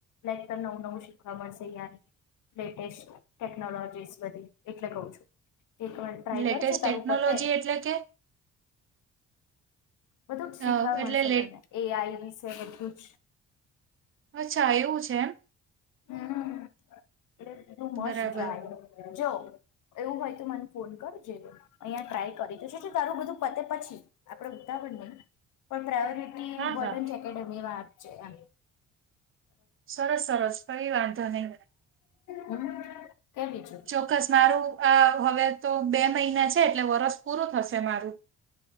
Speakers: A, on the left; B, on the right.
A: લાઈક નવું નવું શીખવા મળશે યાર. લેટેસ્ટ ટેકનોલોજીસ બધી એટલે કઉ છું. એકવાર ટ્રાય
B: લેટેસ્ટ
A: કરજે તારું
B: ટેકનોલોજી
A: પતે
B: એટલે કે
A: બધું જ
B: અ,
A: શીખવા
B: એટલે
A: મળશે
B: લેટ
A: તને. એઆઈ વિશે બધું જ.
B: અચ્છા. એવું છે એમ?
A: હમ્મ, એ યુ મસ્ટ
B: બરાબર
A: ટ્રાય જો એવું હોય તો મને ફોન કરજે. અહીયાં ટ્રાય કરી તો શું તારું બધું પતે પછી આપણે ઉતાવ નહી પણ પ્રાયોરિટી
B: હા
A: વોર્ડન
B: હા
A: ચેક એકડમી માં આપ જે એમ.
B: સરસ સરસ. કઈ વાંધો નહી.
A: હમ કે બીજું
B: ચોક્કસ મારું અ હવે તો બે મહિના છે એટલે વરષ પૂરું થશે મારું.